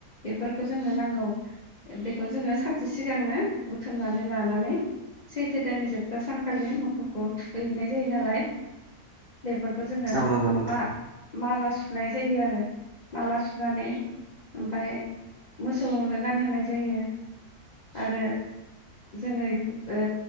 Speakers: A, on the left; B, on the right.
A: बेफोरखौ जोंनो नांगौ बेखौ जोङो सानसे सिगांनो बुथुमनानै लानानै सैथो दाननि जोबथा सानखालि मोसौखौ थुखैहैनाय जायो नालाय बेफोरखौ जोङो
B: औ नंगौ नोंथां
A: मा माला सुनाय जायो आरो माला सुनानै ओमफाय मोसौनो गानहोनाय जायो आरो जोङो ओ